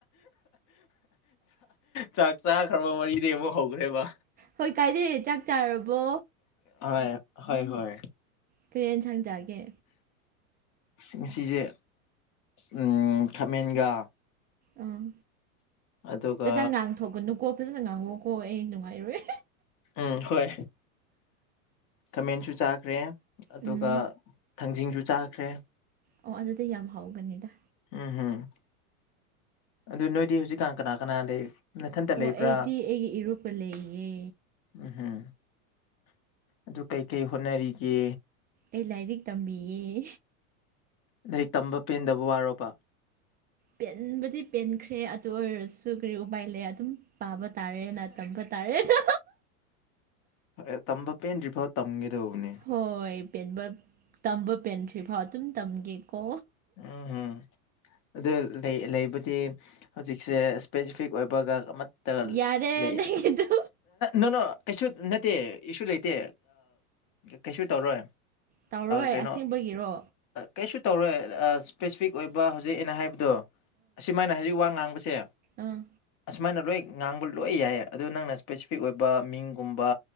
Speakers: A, on the left; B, on the right.
A: ꯆꯥꯛ ꯆꯥꯈ꯭ꯔꯕ ꯃꯔꯤꯗꯩ ꯑꯃꯨꯛ ꯍꯧꯈ꯭ꯔꯦꯕ
B: ꯍꯣꯏ ꯀꯥꯏꯗꯦ ꯆꯥꯛ ꯆꯥꯔꯕꯣ
A: ꯍꯣꯏ ꯍꯣꯏ ꯍꯣꯏ
B: ꯀꯔꯤ ꯏꯟꯁꯥꯡ ꯆꯥꯒꯦ
A: ꯉꯁꯤꯁ‌‌ꯦ ꯑꯝ ꯈꯥꯃꯦꯟꯒ
B: ꯑꯪ
A: ꯑꯗꯨꯒ
B: ꯇꯆꯥꯡ ꯉꯥꯡꯊꯣꯛꯀꯅꯨꯀꯣ ꯐꯖꯟꯅ ꯉꯥꯡꯉꯣ ꯍꯣꯏ ꯑꯩ ꯅꯨꯡꯉꯥꯏꯔꯣꯏ
A: ꯎꯝ ꯍꯣꯏ ꯀꯃꯦꯟꯁꯨ ꯆꯥꯈ꯭ꯔꯦ ꯑꯗꯨꯒ
B: ꯎꯝ
A: ꯊꯥꯡꯖꯤꯡꯁꯨ ꯆꯥꯈ꯭ꯔꯦ
B: ꯑꯣ ꯑꯗꯨꯗꯤ ꯌꯥꯝ ꯍꯥꯎꯒꯅꯤꯗ
A: ꯎꯝꯝ ꯑꯗꯨ ꯅꯣꯏꯗꯤ ꯍꯧꯖꯤꯛꯀꯥꯟ ꯀꯅꯥ ꯀꯅꯥ ꯂꯩ ꯅꯊꯟꯇ
B: ꯑꯣ
A: ꯂꯩꯕ꯭ꯔꯥ
B: ꯑꯩꯗꯤ ꯑꯩꯒꯤ ꯏꯔꯨꯞꯄ ꯂꯩꯌꯦ
A: ꯎꯝ ꯍꯝ ꯑꯗꯨ ꯀꯩꯀꯩ ꯍꯣꯠꯅꯔꯤꯒꯦ
B: ꯑꯩ ꯂꯥꯏꯔꯤꯛ ꯇꯝꯕꯤꯌꯦ
A: ꯂꯥꯏꯔꯤꯛ ꯇꯝꯕ ꯄꯦꯟꯗꯕ ꯋꯥꯔꯣꯕ
B: ꯄꯦꯟꯕꯗꯤ ꯄꯦꯟꯈ꯭ꯔꯦ ꯑꯗꯨ ꯑꯣꯏꯔꯁꯨ ꯀꯔꯤ ꯎꯄꯥꯏ ꯂꯩ ꯑꯗꯨꯝ ꯄꯥꯕ ꯇꯥꯔꯦꯅ ꯇꯝꯕ ꯇꯥꯔꯦꯅ
A: ꯑ ꯇꯝꯕꯄꯦꯟꯗ꯭ꯔꯤ ꯐꯥꯎ ꯇꯝꯒꯦ ꯗꯧꯕꯅꯦ
B: ꯍꯣꯏ ꯄꯦꯟꯕ ꯇꯝꯕ ꯄꯦꯟꯗ꯭ꯔꯤ ꯐꯥꯎ ꯑꯗꯨꯝ ꯇꯝꯒꯦꯀꯣ
A: ꯎꯝ ꯎꯝ ꯑꯗꯨ ꯂꯩꯕꯗꯤ ꯍꯧꯖꯤꯛꯁꯦ ꯏꯁꯄꯦꯁꯤꯐꯤꯛ ꯑꯣꯏꯕꯒ ꯑꯌꯠ ꯇꯒ
B: ꯌꯥꯔꯦ
A: ꯂꯩ
B: ꯅꯪꯒꯤꯗꯨ
A: ꯅꯪꯅ ꯀꯩꯁꯨ ꯅꯠꯇꯦ ꯏꯁꯨ ꯂꯩꯇꯦ ꯀꯩꯁꯨ ꯇꯧꯔꯣꯏ
B: ꯇꯧꯔꯣꯏ
A: ꯀꯩꯅꯣ
B: ꯑꯁꯦꯡꯕꯒꯤꯔꯣ
A: ꯀꯩꯁꯨ ꯇꯧꯔꯣꯏ ꯁ꯭ꯄꯦꯁꯤꯐꯤꯛ ꯑꯣꯏꯕ ꯍꯧꯖꯤꯛ ꯑꯩꯅ ꯍꯥꯏꯕꯗꯣ ꯑꯁꯨꯃꯥꯏꯅ ꯍꯧꯖꯤꯛ ꯋꯥ ꯉꯥꯡꯕꯁꯦ
B: ꯑꯡ
A: ꯁꯨꯃꯥꯏꯅ ꯂꯣꯏ ꯉꯥꯡꯕ ꯂꯣꯏ ꯌꯥꯏꯌꯦ ꯑꯗꯨ ꯅꯪꯅ ꯁ꯭ꯄꯦꯁꯤꯐꯤꯛ ꯑꯣꯏꯕ ꯃꯤꯡꯒꯨꯝꯕ